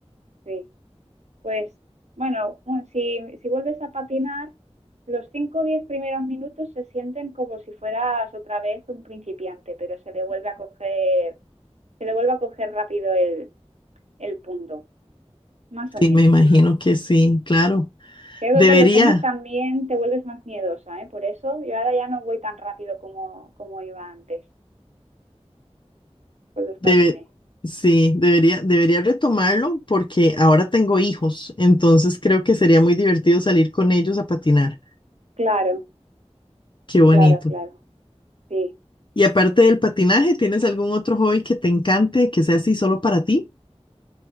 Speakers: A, on the right; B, on the left.
A: Sí. Pues bueno, un- si, si vuelves a patinar, los 5 o 10 primeros minutos se sienten como si fueras otra vez un principiante, pero se le vuelve a coger, se le vuelve a coger rápido el, el punto, más o
B: Sí,
A: menos.
B: me imagino
A: <laughs>
B: que sí, claro.
A: Creo
B: Debería,
A: que con los años también te vuelves más miedosa, ¿eh? Por eso yo ahora ya no voy tan rápido como, como iba antes con los patines.
B: debe, sí, debería, debería retomarlo porque ahora tengo hijos, entonces creo que sería muy divertido salir con ellos a patinar.
A: Claro,
B: Qué bonito.
A: claro, claro. Sí.
B: Y aparte del patinaje, ¿tienes algún otro hobby que te encante, que sea así solo para ti?